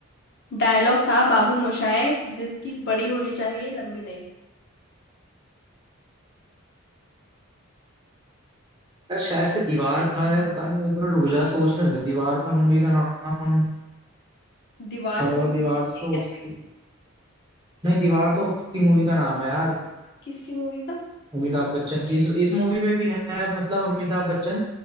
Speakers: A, on the left; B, on the right.
A: डायलॉग था बाबू मोशाय जिंदगी बड़ी होनी चाहिए लंबी नहीं
B: यार शायद से दीवार था यार पता नहीं मैं थोड़ा रुक जा सोच रहे थे दीवार था मूवी का नाम
A: दीवार
B: अ,
A: को देखिए
B: दीवार तो
A: क्या
B: उसकी नहीं दीवार तो उसकी मूवी का नाम है यार
A: किसकी मूवी का
B: अमिताभ बच्चन की इस, इस मूवी में भी है मतलब अमिताभ बच्चन